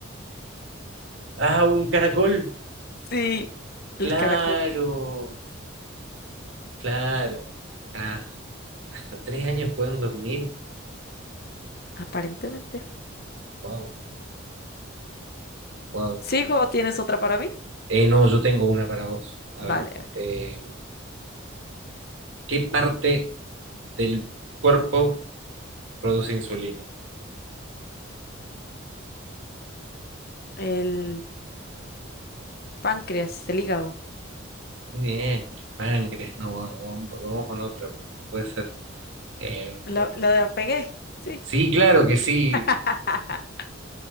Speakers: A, on the right; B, on the left.
A: Ah, un caracol.
B: Sí, el
A: Claro.
B: caracol,
A: Claro. Ah, hasta tres años pueden dormir.
B: aparentemente.
A: wow, wow.
B: ¿Sigo o tienes otra para mí?
A: eh no, yo tengo una para vos. A
B: Vale,
A: ver.
B: a ver.
A: eh, ¿qué parte del cuerpo produce insulina?
B: El páncreas, el hígado.
A: Muy Bien, el páncreas. No, vamos, vamos- vamos con otra. porque No puede ser. Eh,
B: La,
A: bueno,
B: la de la pegué, sí.
A: Sí, claro que sí.
B: <laughs>